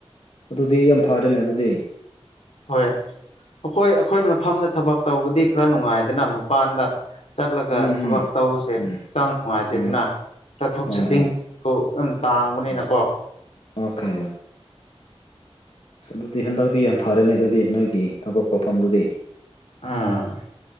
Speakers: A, on the left; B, on the left.
A: ꯑꯗꯨꯗꯤ ꯌꯥꯝ ꯐꯔꯦꯅꯦ ꯑꯗꯨꯗꯤ
B: ꯍꯣꯏ ꯑꯩꯈꯣꯏ ꯑꯩꯈꯣꯏ ꯃꯐꯝꯗ ꯊꯕꯛ ꯇꯧꯕꯗꯤ ꯈꯔ ꯅꯨꯡꯉꯥꯏꯗꯅ ꯃꯄꯥꯟꯗ ꯆꯠꯂꯒ
A: ꯎꯝ
B: ꯊꯕꯛ
A: ꯎꯝ
B: ꯇꯧꯕꯁꯦ
A: ꯎꯝ
B: ꯈꯤꯇꯪ ꯅꯨꯡꯉꯥꯏꯇꯦꯗꯅ
A: ꯑꯥ
B: ꯆꯠꯊꯣꯛ
A: ꯑꯥ
B: ꯆꯠꯁꯤꯟ
A: ꯑꯥ
B: ꯀꫭ ꯌꯥꯝ ꯇꯥꯡꯕꯅꯤꯅꯀꯣ
A: ꯑꯥ ꯑꯣꯀꯦ ꯑꯁ ꯑꯗꯨꯗꯤ ꯍꯟꯗꯛꯇꯤ ꯌꯥꯝ ꯐꯔꯦꯅꯦ ꯑꯗꯨꯗꯤ ꯅꯣꯏꯒꯤ ꯊꯕꯛ ꯇꯧꯐꯝꯗꯨꯗꯤ
B: ꯎꯝ